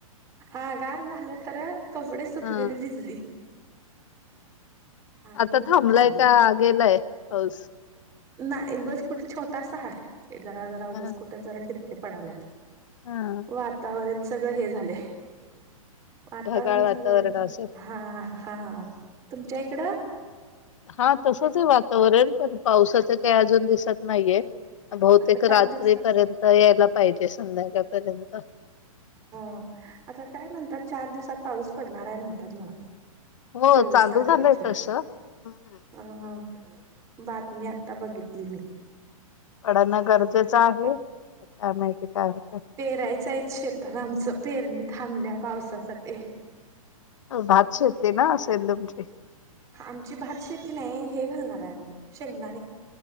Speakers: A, on the right; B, on the left.
A: आ गार झालं खरं, कपडे सुकलेली
B: हं
A: भिजली. आणि
B: आता
A: उठ
B: थांबलाय
A: काढली
B: का, गेलाय पाऊस.?
A: नाही, ऊगंच कुठं छोटासा आहे, जरा जरा उघंच
B: हं
A: कुठे जरा ठिपके पडाल्यात.
B: हं
A: वातावरण सगळं हे झालंय, वातावरण
B: ढगाळ वातावरण
A: सगंऴ,
B: असेल.
A: हा हा तुमच्या इकडं,?
B: हा, तसंच आहे वातावरण, पण पावसाचं काही अजून दिसत नाहीये. बहुतेक
A: आता चार
B: रात्रीपर्यंत
A: दिवसात
B: यायला पाहिजे, संध्याकाळपर्यंत.
A: हो, आता काय म्हणतात चार दिवसात पाऊस पडणार आहे म्हणत्यात न्हवं
B: हो
A: चोवीस
B: चालू
A: तारखेचे.
B: झालंय तसं हम्म
A: अं बातमी आता बघितली मी.
B: पडणं, गरजेचं आहे काय माहिती काय होतय?
A: पेरायचायत शेतात आमचं पेरणी थांबल्या पावसासाठी.
B: भात शेती ना असेल तुमची?
A: आमची भात शेती नाही हे घालणार आहे आम्ही शेंगदाणे.